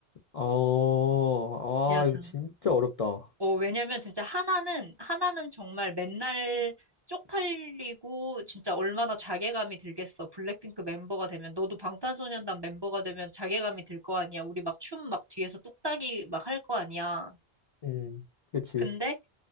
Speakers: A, on the left (about 55°); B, on the right (about 35°).
A: 어.
B: 여자.
A: 아, 이거 진짜 어렵다.
B: 어, 왜냐면 진짜 하나는, 하나는 정말 맨날 쪽팔리고 진짜 얼마나 자괴감이 들겠어. 블랙핑크 멤버가 되면. 너도 방탄소년단 멤버가 되면 자괴감이 들 거 아니야. 우리 막 춤 막 뒤에서 뚝딱이 막 할 거 아니야.
A: 음, 그치.
B: 근데,